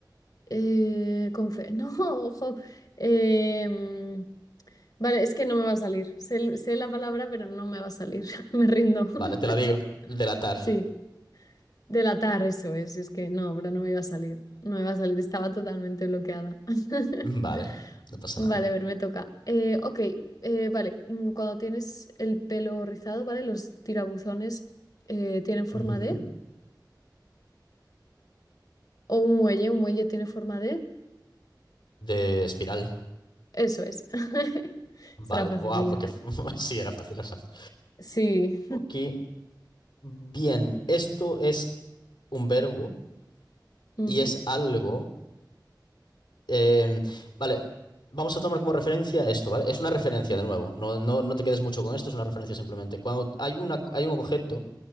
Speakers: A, on the left (about 55°); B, on the left (about 85°).
A: eh, confe- <laughs> no, ojo. eh, mm, vale, es que no me va a salir. Sé, sé la palabra, pero no me va a salir. <laughs> Me rindo. <laughs>
B: Vale, te la digo. Delatar.
A: Sí. Delatar, eso es. Es que no, pero no me iba a salir. No me iba a salir, estaba totalmente bloqueada. <laughs>
B: Vale, no pasa
A: Vale,
B: nada.
A: a ver, me toca. Eh, ok, eh, vale. mm, Cuando tienes el pelo rizado, ¿vale? Los tirabuzones eh, tienen forma
B: Ujú.
A: de. O un muelle, un muelle tiene forma de.
B: De espiral.
A: Eso es. <laughs>
B: Vale,
A: Será facililla.
B: wow, porque <laughs> sí, era fácil, era fácil.
A: Sí.
B: Ok, bien, esto es un verbo
A: Ujú,
B: y es algo. Eh, vale, vamos a tomar como referencia esto, ¿vale? Es una referencia de nuevo, no, no, no te quedes mucho con esto, es una referencia simplemente. Cuando hay una, hay un objeto